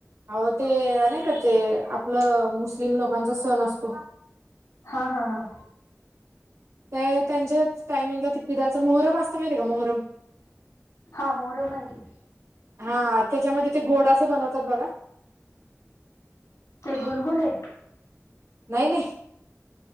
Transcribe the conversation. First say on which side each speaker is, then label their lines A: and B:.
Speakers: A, on the right (about 65°); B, on the left (about 85°).
A: आहो ते, नाही का ते? आपलं मुस्लिम लोकांचा सण असतो.
B: हा.. हा.. हा.
A: तर त्यांच्याच टाइमिंगला ते पिराचं मोहरम असतं, माहिती का मोहरम?
B: हा, मोहरम माहिती आहे.
A: हा. त्याच्यामध्ये ते गोडाचं, बनवतात बघा.
B: ते, गुलगुले?
A: नाही-नाही,